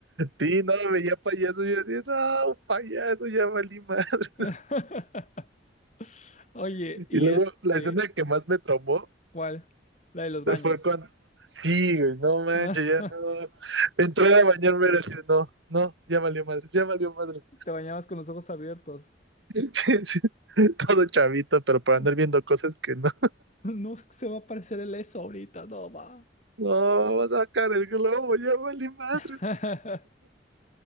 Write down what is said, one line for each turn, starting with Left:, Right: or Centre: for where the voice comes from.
Right: sí, no, veía payasos y yo decía, no, payaso, ya valí madre.
Left: <laughs> Oye, y
Right: Y luego
Left: este,
Right: la escena que más me traumó
Left: ¿cuál? La de los baños.
Right: fue cuando, sí, güey, no manches,
Left: <laughs>
Right: ya no. Entré a bañarme y así, de, no, no, ya valió madre, ya valió madre.
Left: Te bañabas con los ojos abiertos.
Right: <laughs> Sí, sí, todo chavito, pero para
Left: <laughs>
Right: andar viendo cosas que no.
Left: No es que se va a aparecer el eso ahorita, no va.
Right: No, vas a sacar el globo, ya valí madres.
Left: <laughs>